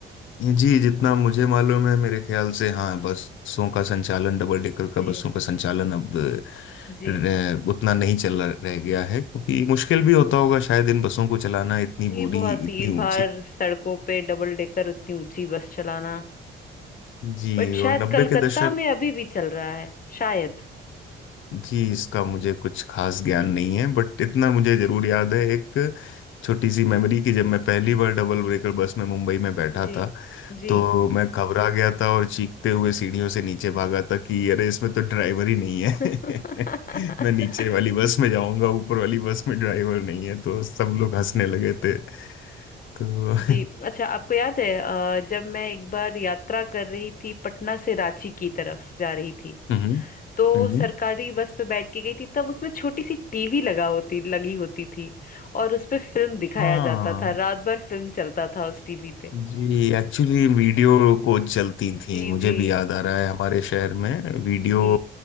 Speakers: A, on the left; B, on the left.
A: जी जितना मुझे मालूम है मेरे ख्याल से हाँ बसों का संचालन डबल डेकर का
B: जी
A: बसों का संचालन अब
B: जी
A: अ, उतना नहीं चल रह गया है क्योंकि मुश्किल भी होता होगा शायद इन बसों को चलाना इतनी
B: जी
A: बुरी
B: बहुत
A: इतनी
B: भीड़ भाड़
A: ऊंची
B: सड़कों पे डबल डेकर उतनी ऊंची बस चलाना
A: जी
B: बट शायद
A: और नब्बे
B: कलकत्ता
A: के दशक
B: में अभी भी चल रहा है शायद
A: जी इसका मुझे कुछ खास ज्ञान नहीं है बट इतना मुझे जरूर याद है एक छोटी सी मेमोरी कि जब मैं पहली बार डबल ब्रेकर बस में मुंबई में बैठा
B: जी
A: था
B: जी
A: तो मैं घबरा गया था और चीखते हुए सीढ़ियों से नीचे भागा था कि अरे इसमें तो ड्राइवर ही नहीं है
B: <laughs>
A: <laughs> मैं नीचे वाली बस में जाऊंगा ऊपर वाली बस में ड्राइवर नहीं है तो सब लोग हंसने लगे थे तो
B: जी अच्छा
A: <laughs>
B: आपको याद है अ, जब मैं एक बार यात्रा कर रही थी पटना से रांची की तरफ जा रही थी
A: हम्म
B: तो
A: हम्म
B: सरकारी बस पे बैठ के गई थी तब उसमें छोटी सी टीवी लगा होती लगी होती थी और उस पे फिल्म दिखाया
A: हाँ
B: जाता था रात भर फिल्म चलता था उस टीवी पे
A: जी एक्चुअली वीडियो कोच चलती थी
B: जी
A: मुझे
B: जी
A: भी याद आ रहा है हमारे शहर में वीडियो
B: जी